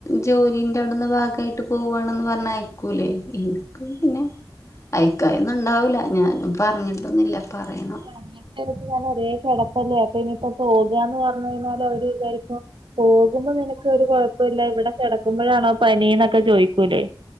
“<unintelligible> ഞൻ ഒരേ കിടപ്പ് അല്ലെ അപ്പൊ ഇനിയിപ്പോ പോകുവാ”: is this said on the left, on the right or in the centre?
Right